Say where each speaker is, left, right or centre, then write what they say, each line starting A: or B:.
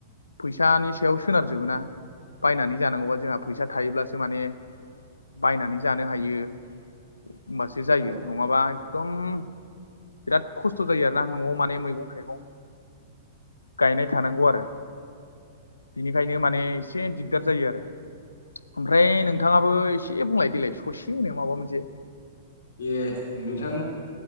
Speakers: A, on the left; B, on the left.
A: फैसानि सायाव सोनारजोबो ना बायनानै जानांगौया जोंहा फैसा थायोब्लासो माने बायनानै जानो हायो होमबासो जायो
B: औ
A: नङाबा एकदम बिराद खस्थ' जायो आरोना न'आव माने मैगं थाइगं गायनाय थानांगौ आरो। बिनिखायनो माने एसे दिगदार जायो आरो ओमफ्राय नोंथांङाबो एसे बुंलाय देलाय ससे <unintelligible> माबा मोनसे
B: ए नोंथां